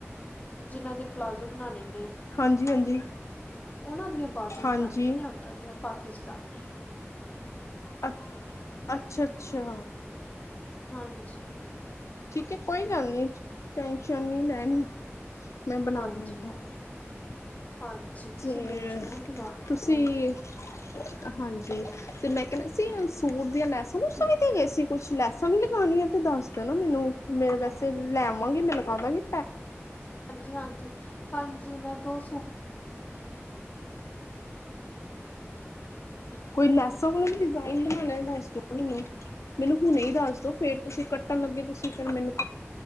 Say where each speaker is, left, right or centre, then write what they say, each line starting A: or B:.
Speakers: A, on the left (about 35°); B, on the left (about 90°).
A: ਜਿਨ੍ਹਾਂ ਦੇ ਪਲਾਜ਼ੋ ਬਣਾਉਣੇ ਨੇ?
B: ਹਾਂਜੀ ਹਾਂਜੀ
A: ਉਹਨਾਂ ਦੀਆਂ ਬਾਜ਼ੂ
B: ਹਾਂਜੀ
A: ਬਣਾਉਣੀਆਂ ਨੇ ਓਦਾਂ ਦੀਆਂ ਪਾਕਿਸਤਾਨੀ,
B: ਅ,,,,,, ਅੱਛਾ- ਅੱਛਾ!
A: ਹਾਂਜੀ!
B: ਠੀਕ ਹੈ ਕੋਈ ਗੱਲ ਨੀ, ਟੈਨਸ਼ਨ ਨਹੀ ਲੈਣੀ, ਮੈਂ ਬਣਾ
A: ਹਾਂਜੀ-
B: ਦੂੰਗੀ
A: ਹਾਂਜੀ,,,,, ਹਾਂਜੀ, ਤੁਸੀ
B: ਤੇ
A: ਮੇਰੀ ਜ਼ਰੂਰ ਬਣਾ ਦੇਣਾ
B: ਤੁਸੀਂ
A: ਭੈਣ ਜੀ,
B: ਹਾਂਜੀ,,,, ਤੇ ਮੈਂ ਕਿਹਾ ਸੀ ਸੂਟ ਦੀਆਂ ਲੈਸਾਂ ਲੁੱਸਾ
A: ਤੇ
B: ਵੀ ਦੇ ਗਏ ਸੀ ਕੁਛ ਲੱਸਾ ਵੀ ਲਗਾਉਣੀਆਂ ਤੇ ਦੱਸ ਦੇਣਾ ਮੈਨੂੰ,, ਮੈੰ ਵੈਸੇ ਲੈ ਆਵਾਂਗੀ ਮੈਂ ਲਗਾ ਦਾ ਗਈ,,
A: ਹਾਂਜੀ -ਹਾਂਜੀ,,, ਹਾਂਜੀ ਮੈਂ ਦੋ ਸੂਟ,
B: ਕੋਈ ਲੈਸਾਂ ਵਾਲਾ ਵੀ ਡਿਜ਼ਾਇਨ ਬਣਾਉਣਾ ਦੱਸ ਦੋ ਮੈਨੂੰ, ਮੈਨੂੰ ਹੁਣੀ ਦੱਸ ਦੋ, ਫੇਰ ਤੁਸੀਂ ਕੱਟਣ ਲੱਗੇ ਤੁਸੀਂ ਫਿਰ ਮੈਨੂੰ,